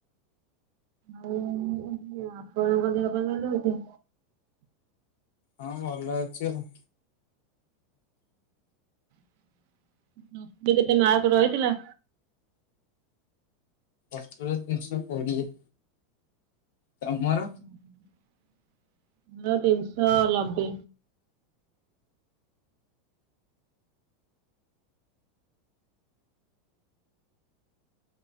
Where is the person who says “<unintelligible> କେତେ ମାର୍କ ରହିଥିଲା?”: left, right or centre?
Right